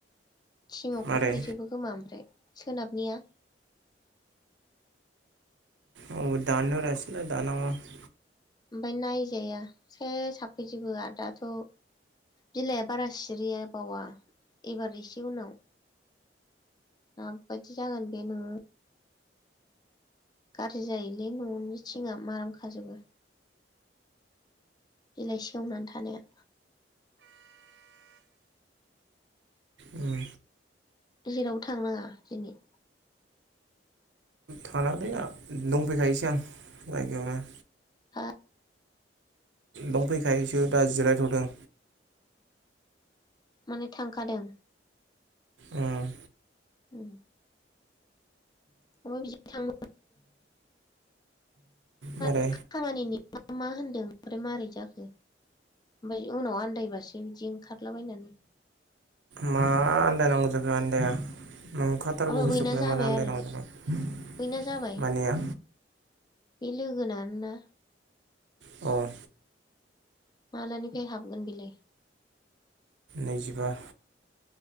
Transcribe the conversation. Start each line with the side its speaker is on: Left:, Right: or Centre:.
Left: थिङाव
Right: मारै
Left: खोबफैजोबो खोमा ओमफ्राय सोनाबनिया।
Right: <unintelligible>
Left: ओमफाय नायजाया सेस हाफैजोबो आरो दाथ' बिलाइआ बारा सिरिया बावा एबार एसे उनाव मा बादि जागोन बे न' गाज्रि जायोलै न'नि थिङआ माराम खाजोबो बिलाय सेवनानै थानाया
Right: उम
Left: जेरावबो थांनाङा दिनै?
Right: थांनाङालै आं दंफैखायोसै आं जायगायावनो।
Left: हां?
Right: दंफैखायोसो दा जिरायथ'दों।
Left: माने थांखादों?
Right: उम
Left: ओम- माबा बिदि थांनो
Right: मारै
Left: <unintelligible> खामानिनि मा मा होनदों ओमफ्राय माबोरै जाखो? आमफ्राय उनाव आनन्दायबासो बिदि ओंखारलाबायनानै
Right: मा आन्दायनांगौ जाखो आन्दाया नंखा थारगौ
Left: ओमफ्राय
Right: बुस्थुखौलाय
Left: बैना जाबाय
Right: मानो आन्दायनांगौ
Left: आरो
Right: जाखो
Left: बैना जाबाय
Right: मानिया
Left: बे लोगोनानोना?
Right: औ
Left: मालानिफ्राय हाबगोन बिलाय।
Right: नैजिबा